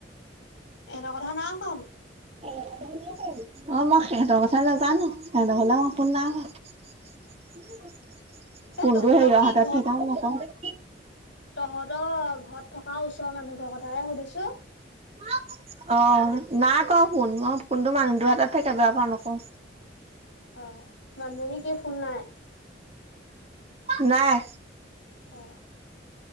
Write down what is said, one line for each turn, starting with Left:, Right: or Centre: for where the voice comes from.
Left: এটা কথা না কম
Right: অ মই সিহঁতৰ কথা নাজানো সিহঁতৰ হলে মই ফোন নাই কৰা।
Left: মোক।
Right: কোনটো
Left: এ তহঁতক
Right: হেৰি
Left: কি
Right: অহাতত
Left: ঘৰত
Right: থকাও নকওঁ।
Left: তহঁতৰ ঘৰত থকা ওচৰৰ মানুহ ঘৰ কথাহে সুধিছো।
Right: <unintelligible> অ নাই ক ফোন মই কোনটো মানুহটোৰ হাতত থেবাৰ পৰাাৰ নকওঁ।
Left: অ মানজনীকে ফোন নাই।
Right: নাই।
Left: উম।